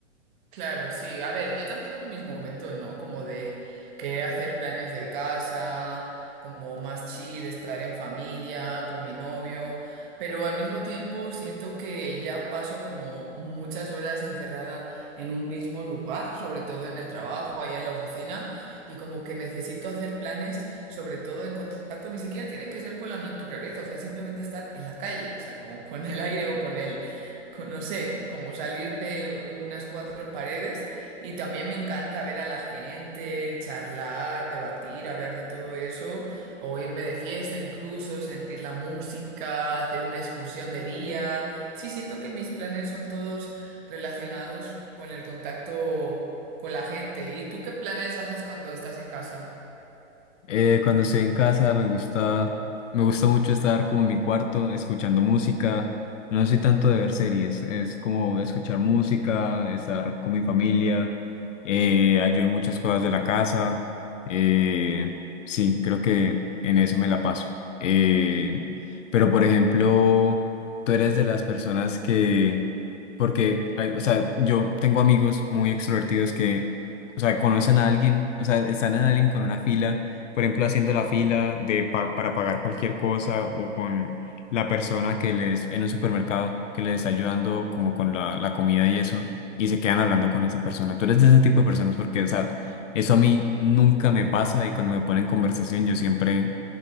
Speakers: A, on the right; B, on the left.
A: Claro, sí. A ver, yo también tengo mis momentos, ¿no? Como de querer hacer planes de casa, como más chill, estar en familia, con mi novio, pero al mismo tiempo siento que ya paso como muchas horas encerrada en un mismo lugar, sobre todo en el trabajo, ahí en la oficina, y como que necesito hacer planes, sobre todo en contacto, ni siquiera tiene que ser con la naturaleza, o sea, simplemente estar en la calle, o sea, como con el aire o con el co- no sé, como salir de unas cuatro paredes y también me encanta ver a la gente, charlar, debatir, hablar de todo eso, o irme de fiesta incluso, sentir la música, hacer una excursión de día. Sí, siento que mis planes son todos relacionados con el contacto con la gente. ¿Y tú qué planes haces cuando estás en casa?
B: Eh, cuando estoy en casa me gusta, me gusta mucho estar como en mi cuarto escuchando música. No soy tanto de ver series, es como escuchar música, estar con mi familia, eh, ayudo en muchas cosas de la casa. eh, sí, creo que en eso me la paso. Eh, pero por ejemplo, tú eres de las personas que, porque, hay, o sea, yo tengo amigos muy extrovertidos que, o sea, conocen a alguien, o sea, están en alguien con una fila por ejemplo, haciendo la fila de pa- para pagar cualquier cosa o con la persona que les en un supermercado que les está ayudando como con la, la comida y eso, y se quedan hablando con esa persona. Tú eres de ese tipo de personas porque, o sea, eso a mí nunca me pasa y cuando me ponen en conversación yo siempre,